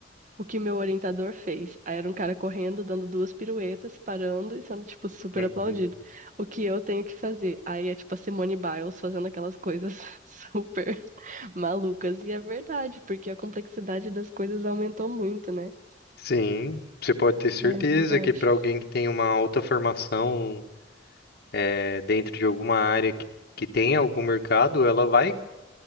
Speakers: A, on the right; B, on the left.
A: o que meu orientador fez. Aí era um cara correndo, dando duas piruetas, parando e sendo, tipo, super
B: uhum.
A: aplaudido. O que eu tenho que fazer? Aí é tipo a Simone Biles fazendo aquelas coisas <laughs> super malucas. E é verdade, porque a complexidade das coisas aumentou muito, né?
B: Sim, você pode ter certeza
A: É, de verdade.
B: que para alguém que tem uma alta formação é, dentro de alguma área que, que tem algum mercado, ela vai